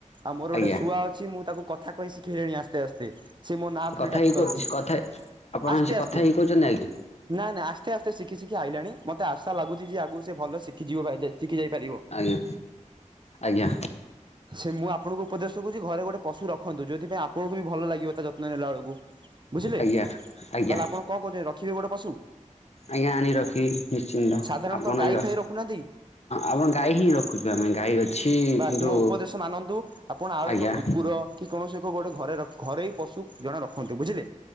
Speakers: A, on the right (about 35°); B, on the left (about 55°).
A: ଆଉ ମୋର
B: ଆଜ୍ଞା
A: ଗୋଟେ ଶୁଆ ଅଛି ମୁଁ ତାକୁ କଥା କହି ଶିଖିଲେଣି ଆସ୍ତେ ଆସ୍ତେ ସେ ମୋ ନାଁ ଧରି
B: କଥା
A: ଡାକି
B: ହେଇ
A: ପାରୁଛି।
B: ସେ କଥା ଆପଣ
A: ଆସ୍ତେ
B: ସେ କଥା
A: ଆସ୍ତ
B: ହେଇ କହୁଛନ୍ତି ଆଜ୍ଞା
A: ନାଇ ନାଇଁ ଆସ୍ତେ ଆସ୍ତେ ଶିଖି ଶିଖି ଆଇଲାଣି ମତେ ଆଶା ଲାଗୁଛି ଯେ ଆଗକୁ ସେ ଭଲ ଶିଖ। କି ଯିବ ବାାଇିଲେ। ଚିକି ଯାଇପାରିବ
B: ଆଜ୍ଞା ଆଜ୍ଞା
A: ସେ ମୁଁ ଆପଣଙ୍କୁ ଉପଦେଶ କଛି ଘରେ ଗୋଟେ ପଶୁ ରଖନ୍ତୁ ଯଦି। ସେଥିପଁ ଆପଣଙ୍କୁ ବି ଭଲ ଲାଗିବ ତା ନେ ନଲା ଅଳକୁୁ ବୁଝିଲେ
B: ଆଜ୍ଞା ଆଜ୍ଞା
A: ତାହେଲେ ଆପଣ କଣ କହୁେ <unintelligible> ପଶୁ
B: ଆଜ୍ଞା ଆଣି ରଖିବି ନିଶ୍ଚିନ୍ତ
A: ସାଧାରଣତଃ
B: ଆପଣ
A: ଗାଈ
B: ହ
A: ଫାଇ ରଖୁନାହାନ୍ତି
B: ଆପଣ ଗାଈ ହିଁ ରଖୁଛୁ ଆମେ ଗାଈ ଅଛି
A: ବାସ୍
B: କିନ୍ତୁ
A: ମୋ ଉପଦେଶ ମାନନ୍ତୁ ଆପଣ ଆଉ
B: ଆଜ୍ଞା
A: ଏକ କୁକୁର କି କୌଣସି ଗୋଟେ ଘରେ ରଖ ଘରେୋଇ ପଶୁ ଜଣେ ରଖନ୍ତୁ ବୁଝିଲେ